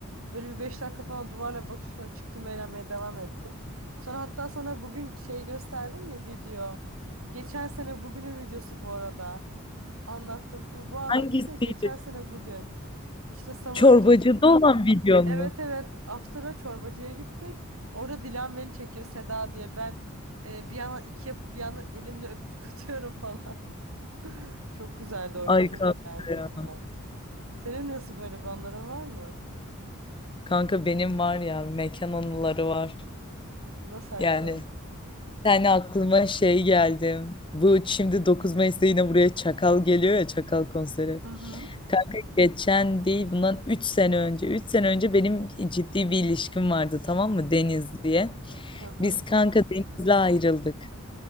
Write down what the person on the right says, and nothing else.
Böyle bir 5 dakika falan duvarla bakış sonra çıktım eğlenmeye devam ettim. Sonra hatta sana bugün şey gösterdim ya video. Geçen sene bugünün videosu bu arada. Anlattım. Bu, bu anlatırken
geçen sene bugün. İşte Summer'ın...
tu- e,
Evet
evet After'a çorbacıya gittik. Orada Dilan beni çekiyor Seda diye. Ben e, bir yandan iki yapıp bir yandan elimle öpücük atıyorum falan. <laughs> Çok güzeldi o gün.
Çok
eğlendim
ya. Senin nasıl böyle bir anların var mı?
Nasıl aşk
o?
Hı hı.
Hı hı.